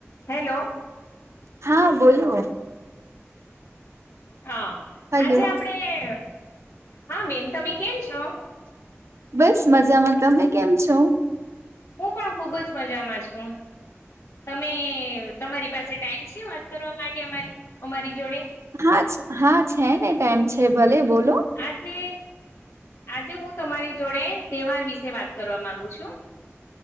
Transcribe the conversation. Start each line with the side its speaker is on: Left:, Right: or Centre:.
Left: Hello
Right: હા, બોલો.
Left: હા,
Right: હલો
Left: આજે આપડે અ હા, બેન તમે કેમ છો?
Right: બસ મજામાં. તમે કેમ છો?
Left: હું પણ ખુબ જ મજામાં છું. તમે તમારી પાસે ટાઈમ છે વાત કરવા માટે અમારી અમારી જોડે?
Right: હા છ હા છે ને ટાઈમ છે ભલે. બોલો
Left: આજે આજે હું તમારી જોડે તહેવાર વિશે વાત કરવા માંગુ છું.